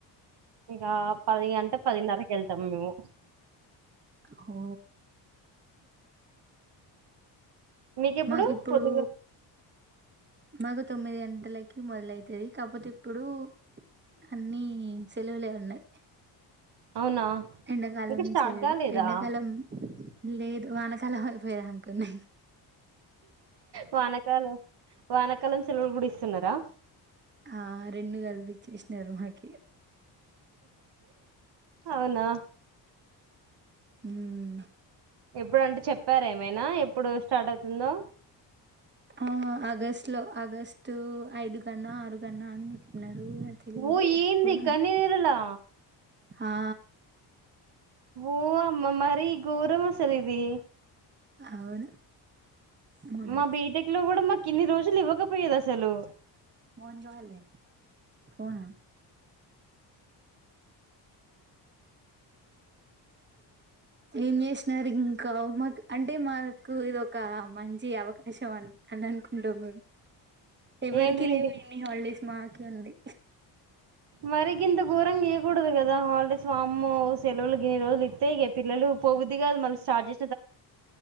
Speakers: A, on the right (about 60°); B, on the right (about 25°).
A: ఇక పది గంట పదినరకు వెళ్తాం మేము
B: ఓ
A: మీకెప్పుడు
B: మాకు ఇప్పుడు
A: పొద్దుగా
B: మాకు తొమ్మిది గంటలకి మొదలైతది కాపోతే ఇప్పుడు అన్ని సెలవులే ఉన్నాయి
A: అవునా
B: ఎండకాలం
A: ఇంకా
B: నుంచి
A: స్టార్ట్
B: సెలవలు
A: కాలేదా
B: ఎండకాలం లేదు వానకాల పడిపోయా అనుకున్నా
A: వానకాలం వానకాలం సెలవులు కూడా ఇస్తున్నారా
B: ఆ రెండు కల్పి ఇచ్చేస్తరు మాకీ
A: అవునా
B: హుమ్
A: ఎప్పుడు అంటే చెప్పార ఏమైనా ఎప్పుడు స్టార్ట్ అవుతుందో
B: ఆ ఆగస్ట్ లో ఆగస్టు ఐదు కన్నా ఆరుగన్నా అని చెప్నారు అవునా తెలిదు
A: ఓ
B: అప్పుడ
A: ఏంది
B: అని
A: గన్ని నెలలా
B: ఆ
A: ఊ అమ్మ మరి గోర మసలిది
B: అవును మోన్గా
A: మా బీటెక్ లో కూడా మాకు ఇన్ని రోజులు ఇవ్వకపోయేది అసలు
B: వాన్ రాలే కోనా ఏం చేసినారు ఇంకా మాక్ అంటే మాకు ఇదొక మంచి అవకాశం అన్ అని అనుకుంటాం మేము ఎవరికి
A: ఏంటిది
B: లేవు
A: ఇంటికి
B: ఇన్ని హాలిడేస్ మాకి ఉంది
A: మరి గింత ఘూరంగా ఇయ్యగూడదు కదా హాలిడేస్ వామ్మో సెలవులు గెలవులు ఇత్తే పిల్లలు పోబు దిగాల్ మల్ స్టార్ట్ చేస్